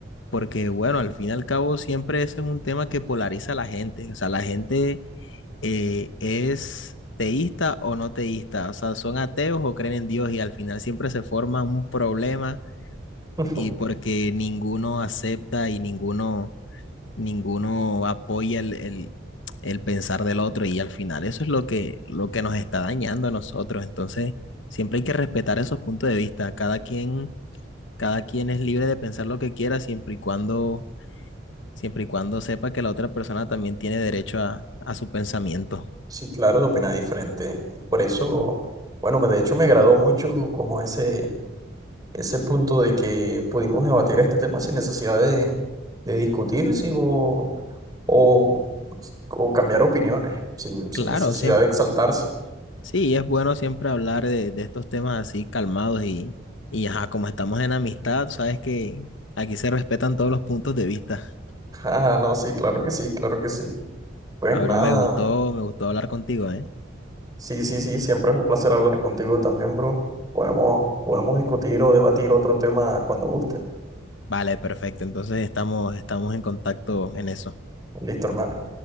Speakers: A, on the left (about 75°); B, on the right (about 20°).
A: Porque bueno, al fin y al cabo siempre ese es un tema que polariza a la gente. O sea, la gente eh, es teísta o no teísta. O sea, son ateos o creen en Dios y al final siempre se forma un problema
B: <laughs>
A: y porque ninguno acepta y ninguno, ninguno apoya el, el- el pensar del otro y al final eso es lo que, lo que nos está dañando a nosotros. Entonces, siempre hay que respetar esos puntos de vista. Cada quien, cada quien es libre de pensar lo que quiera siempre y cuando Siempre y cuando sepa que la otra persona también tiene derecho a, a su pensamiento.
B: Sí, claro, de opinar diferente. Y Por eso, bueno, me- de hecho me agradó mucho como ese, ese punto de que pudimos debatir este tema sin necesidad de, de discutir sí, o, o, o cambiar opiniones, sin, sin
A: Claro,
B: necesidad
A: siempre.
B: de exaltarse.
A: Sí, es bueno siempre hablar de, de estos temas así calmados y, y ajá, como estamos en amistad, sabes que aquí se respetan todos los puntos de vista.
B: <laughs> Ah, no, sí, claro que sí, claro que sí. Pues
A: Ahora
B: nada,
A: me gustó, me gustó hablar contigo, ¿eh?
B: sí, sí, sí, siempre es un placer hablar contigo también, bro. Podemos, podemos discutir o debatir otro tema cuando guste.
A: Vale, perfecto. Entonces estamos, estamos en contacto en eso.
B: Listo, hermano.